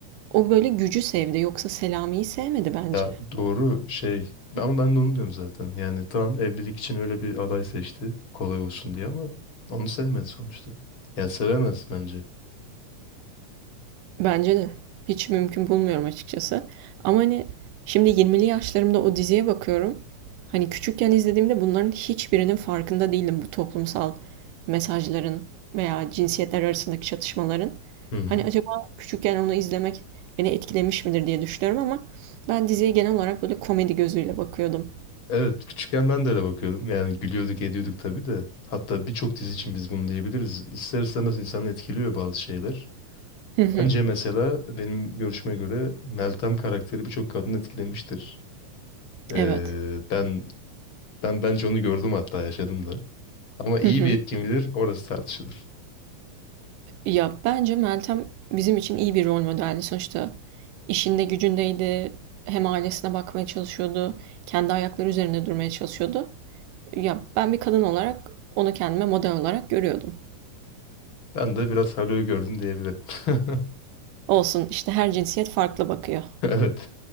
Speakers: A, on the right (about 85°); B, on the left (about 45°).
A: O böyle gücü sevdi. Yoksa Selami'yi sevmedi bence.
B: Ya doğru şey ama ben de onu diyorum zaten. Yani tamam evlilik için öyle bir aday seçti kolay olsun diye ama onu sevmedi sonuçta. Yani sevemez bence.
A: Bence de. Hiç mümkün bulmuyorum açıkçası. Ama hani şimdi 20'li yaşlarımda o diziye bakıyorum. Hani küçükken izlediğimde bunların hiçbirinin farkında değildim bu toplumsal mesajların veya cinsiyetler arasındaki çatışmaların.
B: Hı hı.
A: Hani acaba küçükken onu izlemek beni etkilemiş midir diye düşünüyorum ama ben diziye genel olarak böyle komedi gözüyle bakıyordum.
B: Evet küçükken ben de öyle bakıyordum. Yani gülüyorduk ediyorduk tabii de. Hatta birçok dizi için biz bunu diyebiliriz. İster istemez insanı etkiliyor bazı şeyler.
A: Hı hı,
B: Bence mesela benim görüşüme göre Meltem karakteri birçok kadını etkilemiştir. Ee,
A: evet.
B: ben ben bence onu gördüm hatta yaşadım da. Ama iyi
A: <laughs>
B: bir etki midir orası tartışılır.
A: Ya bence Meltem bizim için iyi bir rol modeldi sonuçta. İşinde gücündeydi, hem ailesine bakmaya çalışıyordu, kendi ayakları üzerinde durmaya çalışıyordu. Ya ben bir kadın olarak onu kendime model olarak görüyordum.
B: Ben de biraz Halo'yu gördüm diyebilirim. <laughs>
A: Olsun işte her cinsiyet farklı bakıyor.
B: Evet.